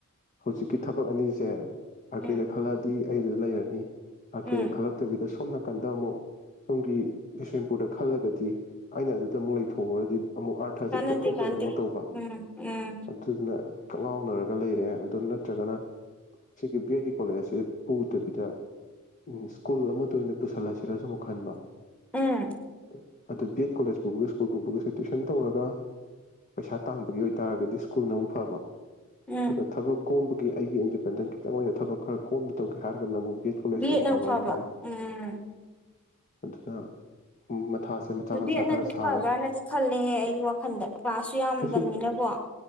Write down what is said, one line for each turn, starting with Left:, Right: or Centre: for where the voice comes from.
Left: ꯍꯧꯖꯤꯛꯀꯤ ꯊꯕꯛ ꯑꯅꯤꯁꯦ ꯑꯥꯔꯀꯦꯗ
Centre: ꯎꯝ
Left: ꯈꯜꯂꯗꯤ ꯑꯩꯗꯨꯗ ꯂꯩꯔꯅꯤ ꯑꯀꯦꯗ
Centre: ꯎꯝ
Left: ꯈꯜꯂꯛꯇꯕꯤꯗ ꯁꯣꯝꯅ ꯀꯟꯗ ꯑꯃꯨꯛ ꯁꯣꯝꯒꯤ ꯕꯤꯁꯦꯝꯄꯨꯔꯗ ꯈꯜꯂꯒꯗꯤ ꯑꯩꯅ ꯑꯗꯨꯗ ꯑꯃꯨꯛ ꯂꯩꯊꯣꯛꯎꯨꯔꯗꯤ ꯑꯃꯨꯛ ꯑꯥꯔꯊꯁꯦ
Centre: ꯀꯥꯟꯅꯗꯦ
Left: ꯏꯊꯣꯛ ꯊꯣꯛꯇꯕꯗꯧꯅ
Centre: ꯀꯥꯟꯗꯦ
Left: ꯇꯧꯕ
Centre: ꯎꯝ ꯎꯝ
Left: ꯑꯗꯨꯗꯨꯅ ꯀꯥꯛꯂꯥꯎꯅꯔꯒ ꯂꯩꯔꯦ ꯑꯗꯨ ꯅꯠꯇ꯭ꯔꯒꯅ ꯁꯤ ꯑꯩꯒꯤ ꯀꯣꯂꯦꯖꯁꯦ ꯄꯨꯗꯕꯤꯗ ꯎ ꯁ꯭ꯀꯨꯜ ꯑꯃꯗ ꯑꯣꯏꯅ ꯄꯨꯁꯜꯂꯁꯤꯔꯁꯨ ꯑꯃꯨꯛ ꯈꯟꯕ
Centre: ꯎꯝ
Left: ꯍ ꯑꯗꯣ ꯕꯤ ꯑꯦꯠ ꯀꯣꯂꯦꯖ ꯄꯨꯕꯒ ꯁ꯭ꯀꯨꯜ ꯄꯨꯕꯒꯁꯦ ꯇꯨꯋꯏꯁꯟ ꯇꯧꯔꯒ ꯄꯩꯁꯥ ꯇꯥꯟꯕꯒꯤ ꯑꯣꯏꯇꯥꯔꯒꯗꯤ ꯁ꯭ꯀꯨꯜꯅ ꯑꯃꯨꯛ ꯐꯕ
Centre: ꯎꯝ
Left: ꯑꯗꯨꯒ ꯊꯕꯛ ꯀꯣꯝꯕꯒꯤ ꯑꯩꯒꯤ ꯏꯟꯗꯤꯄꯦꯟꯗꯦꯟꯁ ꯇꯃꯣꯏꯅ ꯊꯕꯛ ꯈꯔ ꯀꯣꯝꯅ ꯇꯧꯒꯦ ꯍꯥꯏꯔꯒꯅ ꯑꯃꯨꯛ ꯕꯤ ꯑꯦꯠ ꯀꯣꯂꯦꯖꯅ
Centre: ꯕꯤꯠꯅꯎ ꯐꯕ
Left: ꯍꯥꯏꯇꯥꯔꯦ
Centre: ꯎꯝ
Left: ꯑꯗꯨꯅ ꯃꯊꯥꯁꯦ ꯃꯆꯥ
Centre: ꯑꯗꯨꯗꯤꯅꯗꯤ
Left: ꯃꯆꯥ ꯈꯔ ꯁꯥꯔꯦ
Centre: ꯐꯕ꯭ꯔꯅꯗꯤ ꯈꯜꯂꯦꯍꯦ ꯑꯩꯒꯤ ꯋꯥꯈꯜꯗ ꯀ꯭ꯂꯥꯁꯁꯨ ꯌꯥꯝꯗꯕꯅꯤꯅꯀꯣ
Left: ꯑꯩꯁꯨ